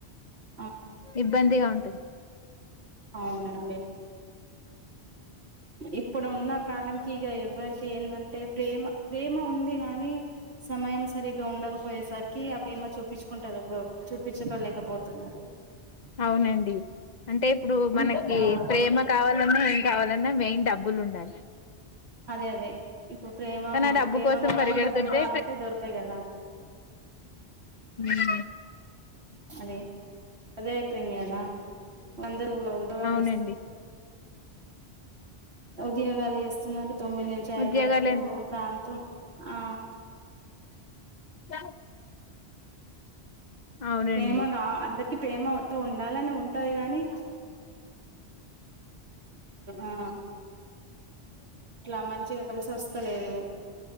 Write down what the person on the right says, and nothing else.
ఆ
అవునండి ఇప్పుడు ఉన్న కాలంకి ఇక ఎవ్వరికి ఏందంటే ప్రేమ ప్రేమ ఉంది కాగాని సమయం సరిగ్గా ఉండకపోయేసరికి అవి ఏమో చూపించుకుంటారు చూపించకోలేకపోతున్నారు
ఉంట
ఆ
అదే అదే ఇప్పుడు ప్రేమ
ప్రేమ
కావాలి
డబ్బులు కావాలంటే దొరకాయి కదా
అదే అదే అయిపోయింది కదా అందరు ఉద్యోగాలు
చేస్తు ఉద్యోగాలు చేస్తూ తొమ్మిది నుంచి ఐదు
వరకు దాంతో ఆ
ప్రేమగా కా అందరికి ప్రేమతో ఉ చాలనే ఉంటది కానీ ఆ అట్లా మంచిగా కలిసి వస్తలేదు